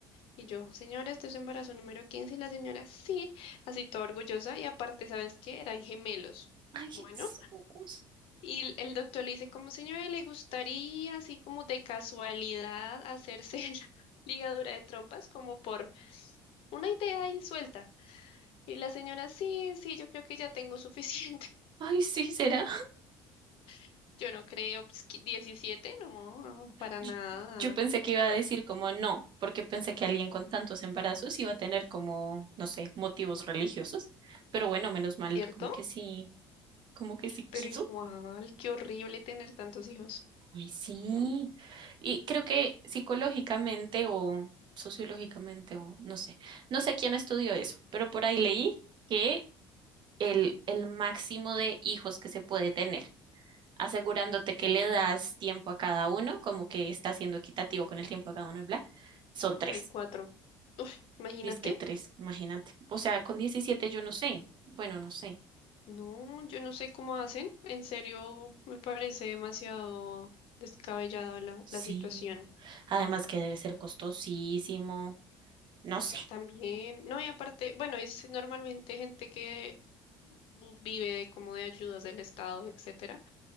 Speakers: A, on the left (about 50°); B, on the right (about 45°).
A: Y yo, señora, este es su embarazo número quince Y la señora, sí, así toda orgullosa. Y aparte, ¿sabes qué? Eran gemelos.
B: ay, Jesús.
A: Bueno, y el el doctor le dice, como señora, ¿le gustaría así como de casualidad hacerse <laughs> la ligadura de trompas como por una idea ahí suelta? Y la señora, sí, sí, yo creo que ya tengo suficiente.
B: Ay, sí, será.
A: <laughs> Yo no creo, pues, que 17, no, para
B: Yo,
A: nada,
B: yo pensé que iba a decir como no, porque pensé que alguien con tantos embarazos iba a tener como, no sé, motivos religiosos, pero bueno, menos mal,
A: ¿cierto?
B: como que sí, como que sí
A: Pero
B: quiso.
A: igual, qué horrible tener tantos hijos,
B: Ay, sí.
A: ¿no?
B: Y creo que psicológicamente o sociológicamente o no sé, no sé quién estudió eso, pero por ahí leí que el, el máximo de hijos que se puede tener, asegurándote que le das tiempo a cada uno, como que está siendo equitativo con el tiempo a cada uno y bla, son
A: Por
B: tres.
A: ahí cuatro. Uf, imagínate.
B: Dice que tres, imagínate. O sea, con 17 yo no sé. Bueno, no sé.
A: No, yo no sé cómo hacen. En serio, me parece demasiado descabellada la,
B: Sí.
A: la situación.
B: Además que debe ser costosísimo. No sé.
A: También, no, y aparte, bueno, es normalmente gente que bu- vive de como de ayudas del Estado, etcétera,